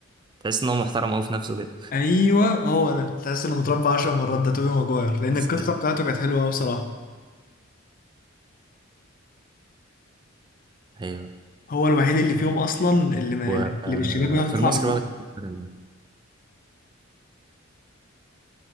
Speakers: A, on the right; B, on the left.
A: تحس إن هو محترم أوي في نفسه كده
B: ايوه هو ده تحس انه متربع 10 مرات ده توبي ماجواير لان
A: بس
B: القصه
A: حلو.
B: بتاعته كانت حلوه قوي بصراحه
A: أيوه
B: هو الوحيد اللي فيهم اصلا اللي ما
A: وفي
B: اللي بالشباك بتاعه تطلع
A: المصري
B: من ايده
A: بقى بتحب تتفرج على إيه؟